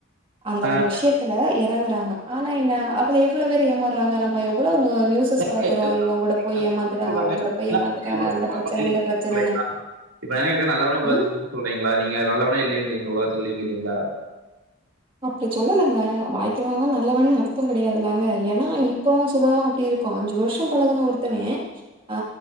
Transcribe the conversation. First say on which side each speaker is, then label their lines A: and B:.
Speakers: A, on the right (about 25°); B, on the right (about 85°).
A: அந்த
B: ஆ,
A: ஒரு விஷய த்ல எறங்குறாங்க ஆனா என்ன அதுல எவ்ளோ பேரு ஏமாறுறாங்க நம்ம எவ்ளோ நியூஸ்
B: எனக்கு
A: பாக்குறோ
B: எல்லா-
A: இவ கூட போய்
B: எல்லாரும்
A: ஏமாந்துட்டாங்க
B: சொல்றாங்க
A: அவ கூட போய்
B: என்ன
A: ஏமாந்துட்டாங்க
B: உலகத்துல
A: அந்த
B: நல்லவனே
A: பிரச்சன
B: இல்லைன்னு
A: இந்த பிரச்சனன்னு
B: சொல்றீங்களா? இப்ப எனக்கு நல்லவனே உலகத்துல
A: ம்
B: சொல்றீங்ளா நீங்க நல்லவனே இல்லலைங்றீங்ளா உலகத்ல இல்லங்றீங்ளா
A: அப்டி சொல்லலங்க வாய்க்கவனா நல்லவண்ணு அர்த்தோ கெடாயாதுல்லங்க ஏன்னா இப்பவு சுபாவோ அப்டி இருக் கு அஞ்சு வர்ஷோ பழகுன ஒர்த்தனே ஆ